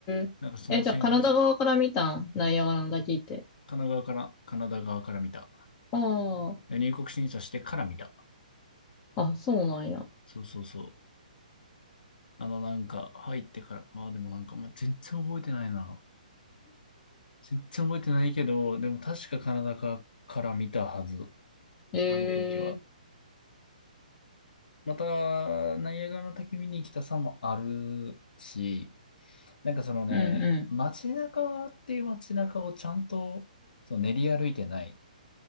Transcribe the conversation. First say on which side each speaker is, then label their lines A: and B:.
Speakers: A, on the left; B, on the left.
A: え。
B: なんかその線の
A: え、じゃあカナダ側から見たんナイアガラの滝って。
B: 神奈川から、カナダ側から見た。
A: あ
B: 入国審査してから見た。
A: あ、あ、そうなんや。
B: そうそうそう。あのなんか入ってから、まあでもなんか、まあ、全然覚えてないな。全然覚えてないけど、でも確かカナダかから見たはず。
A: へ
B: あの時は。
A: え。
B: また、ナイアガラの滝見に来たさもあるし、なんかそのね、
A: うん、う
B: 街中っていう街中をちゃんとその練り歩いてない。